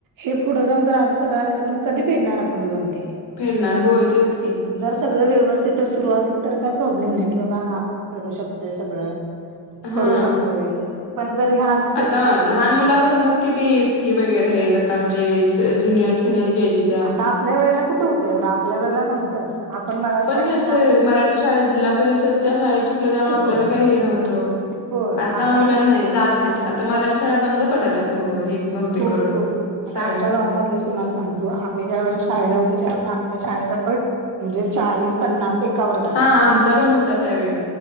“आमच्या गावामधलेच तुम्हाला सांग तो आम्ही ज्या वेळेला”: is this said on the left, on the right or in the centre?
Right